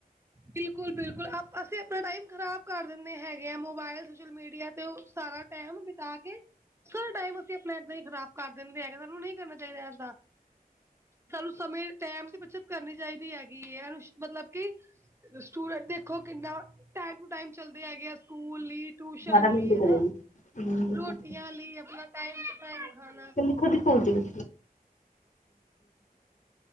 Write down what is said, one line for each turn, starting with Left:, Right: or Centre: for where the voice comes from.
Right: ਬਿਲਕੁਲ, ਬਿਲਕੁਲ‌ ਅਪ ਅਸੀਂ ਆਪਣਾ ਟਾਈਮ ਖ਼ਰਾਬ ਕਰ ਦਿੰਦੇ ਹੈਗੇ ਆ। ਮੋਬਾਇਲ, ਸੋਸ਼ਲ ਮੀਡੀਆ ਤੇ ਓ ਸਾਰਾ ਟਾਈਮ ਬਿਤਾ ਕੇ ਸਾਰਾ ਟਾਈਮ ਅਸੀਂ ਆਪਣਾ ਏਦਾਂ ਹੀ ਖਰਾਬ ਕਰ ਦਿੰਦੇ ਹੈਗੇ। ਸਾਨੂੰ ਨ‌ਈ ਕਰਨਾ ਚਾਹੀਦਾ ਏਦਾਂ। ਸਾਨੂੰ ਸਮੇਂ, ਟਾਈਮ ਦੀ ਬੱਚਤ ਕਰਨੀ ਚਾਹੀਦੀ ਹੈਗੀ ਹੈ। ਮਤਲਬ ਕਿ ਸਟੂਡੈਂਟ ਦੇਖੋ ਕਿੰਨਾ ਟਾਈਮ ਟੂ ਟਾਈਮ ਚੱਲਦੇ ਹੈਗੇ ਆ, ਸਕੂਲ ਲਈ, ਟਊਸ਼ਨ
Left: ਬਾਰਾਂ
Right: ਲਈ
Left: ਮਿੰਟ
Right: ਹਨਾ
Left: ਕਰੇਗੀ
Right: ਰੋਟੀਆਂ ਲਈ, ਆਪਨਾ ਟਾਈਮ ਟੂ ਟਾਈਮ ਖਾਨਾ।
Left: ਓਦੀ ਭੁੱਲਜੇਗੀ